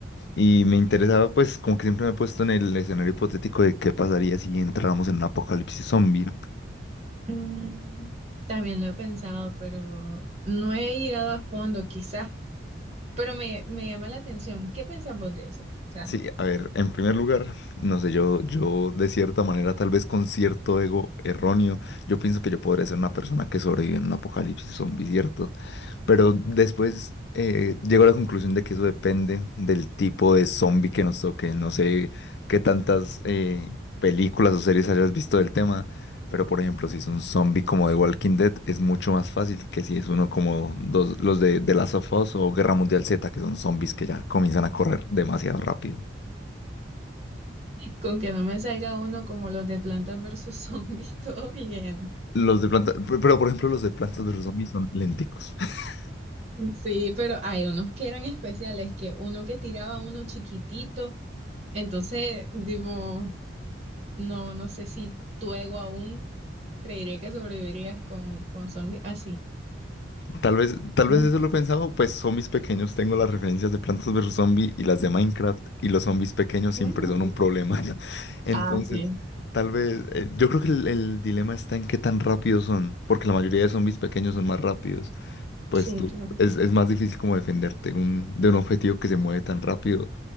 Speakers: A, on the left; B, on the right.
A: y me interesaba, pues, como que siempre me he puesto en el escenario hipotético de qué pasaría si entráramos en un apocalipsis zombie.
B: Mm, también lo he pensado, pero no he llegado a fondo, quizás. Pero me, me llama la atención. ¿Qué pensamos de eso? O sea,
A: Sí, a ver, en primer lugar, no sé, yo, yo de cierta manera, tal vez con cierto ego erróneo, yo pienso que yo podría ser una persona que sobrevive en un apocalipsis zombie, ¿cierto? Pero después eh, llego a la conclusión de que eso depende del tipo de zombie que nos toque. No sé qué tantas eh, películas o series hayas visto del tema, pero por ejemplo, si es un zombie como The Walking Dead, es mucho más fácil que si es uno como dos- los de The Last of Us o Guerra Mundial Z, que son zombies que ya comienzan a correr demasiado rápido.
B: con que no me salga uno como los de Plantas versus Zombies, <laughs> todo bien.
A: Los de planta, pe- pero por ejemplo los de Plantas versus Zombies son lenticos. <laughs>
B: Sí, pero hay unos que eran especiales, que uno que tiraba uno chiquitito, entonces, digo, no, no sé si tu ego aún creería que sobrevivirías con, con zombies así.
A: Tal vez, tal
B: No.
A: vez eso lo he pensado, pues zombies pequeños tengo las referencias de Plantas versus Zombies y las de Minecraft y los zombies pequeños
B: Ujú.
A: siempre son un problema. <laughs> Entonces,
B: Ah, sí,
A: tal vez, eh, yo creo que el, el dilema está en qué tan rápidos son, porque la mayoría de zombies pequeños son más rápidos. Pues
B: sí,
A: tú,
B: claro.
A: es, es más difícil como defenderte un- de un objetivo que se mueve tan rápido.